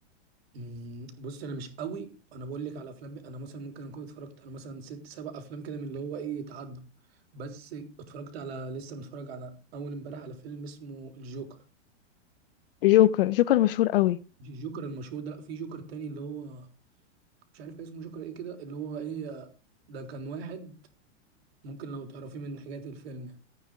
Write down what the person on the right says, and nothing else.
مم، بص انا مش قوي انا بقول لك على افلام انا مثلا ممكن اكون اتفرجت على مثلا ست سبع افلام كده من اللي هو ايه يتعدوا بس اتفرجت على لسه متفرج على اول امبارح على فيلم اسمه الجوكر
مش الجوكر المشهور ده لا في جوكر تاني اللي هو مش عارف كان اسمه جوكر ايه كده اللي هو ايه ده كان واحد ممكن لو تعرفيه من حاجات الفيلم يعني.